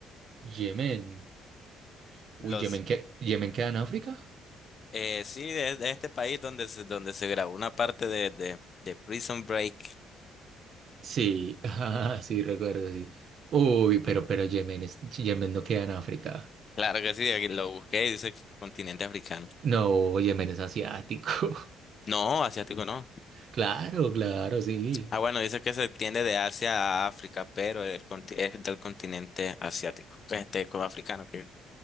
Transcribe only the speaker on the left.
Los
Eh, sí, de, de este país donde se, donde se grabó una parte de, de, de Prison Break.
Claro que sí, aquí lo busqué y dice continente africano.
No, asiático no.
Ah, bueno, dice que se extiende de Asia a África, pero el, conti- es del continente asiático. Este, como africano. Que...